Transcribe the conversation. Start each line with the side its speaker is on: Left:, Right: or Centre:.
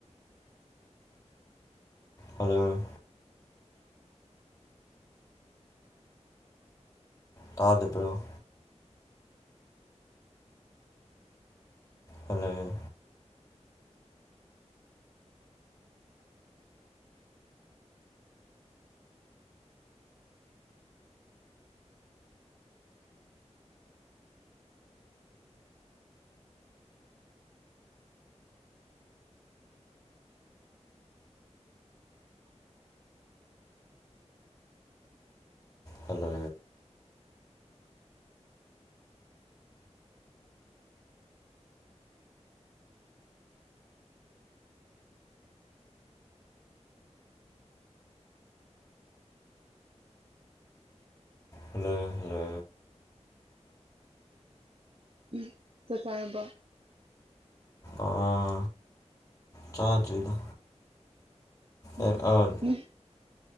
Left: hello ꯇꯥꯗꯕ꯭ꯔꯣ ꯍꯜꯂꯣ ꯍꯜꯂꯣ ꯍꯜꯂ ꯍꯜꯂ
Right: ꯎꯝ ꯆꯥꯛ ꯆꯥꯔꯕꯣ
Left: ꯑꯥ ꯆꯥꯗ꯭ꯔꯤꯗ
Right: ꯎꯝ
Left: ꯑꯦ ꯑꯥꯠ
Right: ꯎꯝ